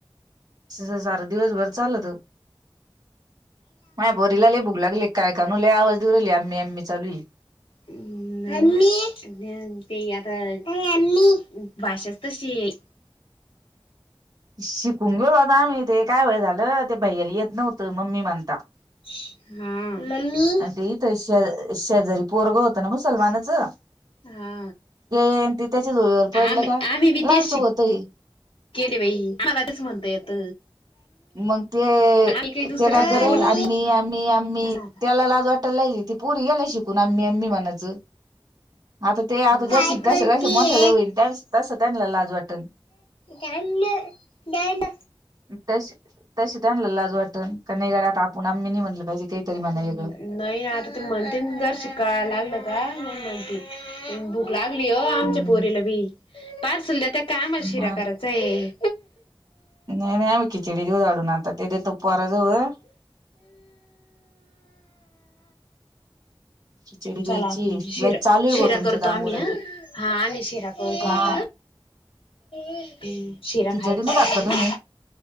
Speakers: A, on the right; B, on the left.
A: सहज आर दिवसभर चालत, माझ्या पोरीला लई भूक लागलीय काय? तनु लई आवाज देऊ राहिली अम्मी आम्मी चालूय.
B: हम्म. मम्मी. ह ते आता भाषाच तशीय.
A: शिकून गे बाई ते काय व्हय झालं ते भैयाला येत नव्हतं मम्मी म्हणता.
B: <inaudible> हा मम्मी
A: आणि ते इथ श शेजारी पोरग होतं ना मुसलमानाचं.
B: हा
A: ते त त्याच्या जोळीवर पडलं
B: आम्ही
A: का
B: आम्ही बी
A: लहान
B: तेच शिक
A: सुक होत ही.
B: केले बाई मला तेच म्हणता येत.
A: मग ते
B: आम्ही काही दुसरे
A: ते काय
B: शब्द
A: करे
B: बोलत
A: आम्ही
B: नाही
A: आम्ही आम्ही
B: बसा आता.
A: त्याला लाज वाट लय ति पुरी यायला शिकून आम्ही आम्मी म्हणाचं. आता ते आता
B: काय
A: जसे
B: करतीये?
A: जसे जसे मोठ्याले होईन त्या तस त्यांना लाज वाटेल.
B: गणना. जायड.
A: तशी तशी त्यानला लाज वाटण का नाय गड्या आता आपूण आम्ही नि म्हणलं पाहिजे. काहीतरी म्हणा
B: हम्म
A: वेगळं
B: नाही आता तू म्हणते जर शिकायला लागलं का मग म्हणते भूक लागली अ
A: हम्म
B: पोरीला बी पारसल देत्या त्या काय आमाला शिरा
A: हा
B: करायचाय.
A: नाही नाही आम्ही खीचडी देऊ गाडून आता ते देतो पोराजवळ. खिचडी द्यायची
B: चला आपण शिरा
A: लय चालू आहे भाऊ
B: शिरा
A: तुमचं
B: करतो
A: दांगोडा
B: आम्ही ह
A: तो
B: हा आम्ही शिरा करतो
A: हा
B: आता. हम् शीरा
A: खिचडी
B: खायचा
A: नाही खात का तुम्ही
B: ना